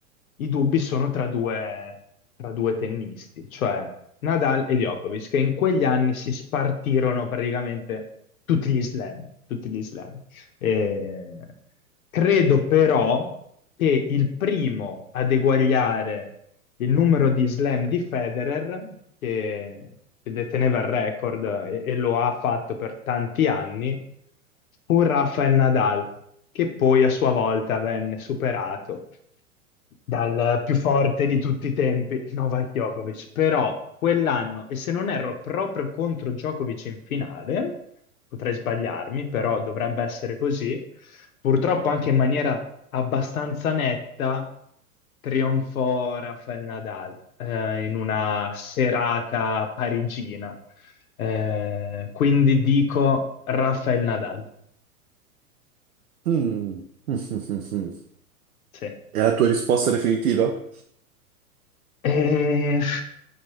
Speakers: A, on the left; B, on the right.
A: i dubbi sono tra due, tra due tennisti, cioè Nadal e Djokovic, che in quegli anni si spartirono praticamente tutti gli slam, tutti gli slam. Eh, credo però che il primo ad eguagliare il numero di slam di Federer, che, che deteneva il record e, e lo ha fatto per tanti anni, fu Rafael Nadal, che poi a sua volta venne superato dal più forte di tutti i tempi, Novak Djokovic. Però quell'anno, e se non erro proprio contro Djokovic in finale, potrei sbagliarmi, però dovrebbe essere così, purtroppo anche in maniera abbastanza netta, trionfò Rafael Nadal eh, in una serata parigina. Eh, quindi dico Rafael Nadal.
B: Mm. <laughs>
A: Sì.
B: È la tua risposta definitiva?
A: E-